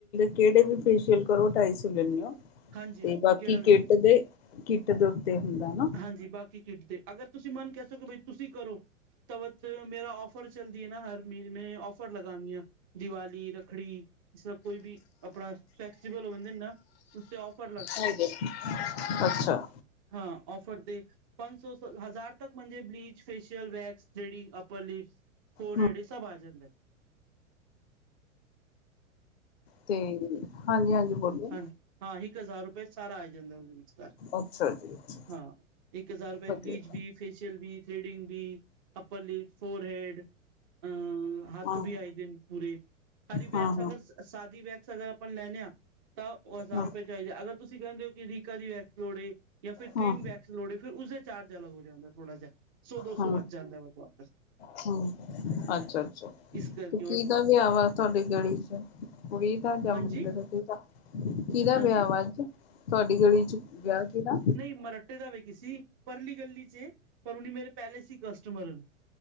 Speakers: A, on the left (about 50°); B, on the right (about 20°).
A: ਕੇੜੇ ਵੀ ਫੇਸ਼ੀਅਲ ਕਰੋ, ਢਾਈ ਸੋ ਲੈਨੀ ਆਂ।
B: ਹਾਂਜੀ-ਹਾਂਜੀ
A: ਤੇ ਬਾਕੀ
B: ਕਿਹੜਾ
A: ਕਿੱਟ
B: ਵੀ
A: ਦੇ, ਕਿੱਟ ਦੇ ਉੱਤੇ ਹੁੰਦਾ ਨਾ।
B: ਹਾਂਜੀ ਬਾਕੀ ਕਿਟ ਦੇ, ਅਗਰ ਤੁਸੀ ਮਨੁ ਕਹ ਸਕੋ ਕਿ ਬਈ ਤੁਸੀਂ ਕਰੋ, ਤਾਂ ਫੇਰ ਮੇਰਾ ਔਫ ਔਫਰ ਚੱਲਦੀ ਏ ਨਾ ਹਰ ਮੀਨੇ। ਮੈਂ ਔਫਰ ਲਗਾਨੀ ਆ ਦੀਵਾਲੀ, ਰੱਖੜੀ ਜਿਸਰਾ ਕੋਈ ਵੀ ਅਪਨਾ, ਫੈਕਸੀਬਲ ਹੋਨ ਦੇਂਦਾ ਉਸ ਤੇ ਔਫਰ
A: ਹਾਂਜੀ, ਅੱਛਾ।
B: ਹਾਂ, ਓੱਫਰ ਤੇ ਪੰਜ ਸੌ ਸ ਹਜ਼ਾਰ ਤੱਕ ਮੰਜੇ ਬਲੀਚ, ਫੇਸ਼ੀਅਲ, ਵੈਕਸ ਜੇੜੀ upper lips ਫੋਰ
A: ਹ
B: ਹੈਡ ਇਚ ਸਬ ਆ ਜਾਂਦੈ।
A: ਤੇ, ਹਾਂਜੀ-ਹਾਂਜੀ ਬੋਲੋ
B: ਹਾਂ ਹਾਂ, ਇੱਕ ਹਜ਼ਾਰ ਰੁਪਏ ਚ ਸਾਰਾ ਆ ਜਾਂਦਾ ਓਦੇ ਵਿਚਕਾਰ।
A: ਅੱਛਾ ਜੀ ਅੱਛਾ।
B: ਹਾਂ, ਇੱਕ ਹਜ਼ਾਰ ਰੁ੍ਪੇ
A: ਵਧੀਆ
B: ਚ ਬਲੀਚ ਬੀ ਫੇਸ਼ੀਅਲ ਵੀ, ਥ੍ਰੇਡਿੰਗ ਵੀ, ਅੱਪਰ ਲਿਪਸ, ਫੋਰ ਹੈਡ ਹਾਂ ਹੱਥ
A: ਹਾਂ
B: ਵੀ ਆ ਜਾਂਦੇ ਨ ਪੂਰੇ। ਖਾਲੀ
A: ਹਾਂ
B: ਵੈਕਸ
A: ਹਾਂ
B: ਅਗਰ ਸਾਦੀ ਵੈਕਸ ਅਗਰ ਆਪਾਂ ਲੈਣੇੇ ਆਂਂ ਤਾ ‌ਓ ਹਜ਼ਾਰ
A: ਹਾਂ
B: ਰੁਪਏ ਚਾਇਦਾ, ਅਗਰ ਤੁਸੀਂ ਕੈਂਦੇ ਓ ਈ ਕਿ ਰੀਕਾ ਦੀ ਵੈਕਸ ਲੋੜ ਏ ਜਾਂ ਫਿਰ ਕਰ੍ਰੀਮ
A: ਹਾਂ
B: ਵੈਕਸ ਲੋੜ ਏ ਫਿਰ ਉਸਦੇ ਚਾਰਜ ਅਲੱਗ ਹੋ ਜਾਂਦਾ ਥੋੜਾ ਜੇਹਾ, ਸੌ ਦੋ
A: ਹਾਂ
B: ਸੌ ਵਂਧ ਜਾਂਦਾ ਮਤਲਬ
A: ਹਾਂ, ਅੱਛਾ-ਅੱਛਾ।
B: ਇਸ ਕਰਕੇ ਉਹ
A: ਕਿਦਾ ਵਿਆਹ ਵਾ ਤੁਆਡੀ ਗਲੀ ਚ, ਕੁੜੀ ਦਾ ਜਾਂ
B: ਹਾਂਜੀ
A: ਮੰਡੇ ਦਾ ਕਿਦਾਂ? ਕਿਦਾ
B: ਹਾਂਜੀ
A: ਵਿਆਹ ਵਾ ਅੱਜ ਤੁਆਡੀ ਗਲੀ ਚ, ਵਿਆਹ ਕਿਦਾ?
B: ਨਈ ਮਰਟੇ ਦਾ ਵੇ ਕਿਸੀ, ਪਰਲੀ ਗੱਲੀ ਚੇ, ਪਰੋਣੀ ਮੇਰੇ ਪੈਲੇ ਸੀ ਕਸਟਮਰ।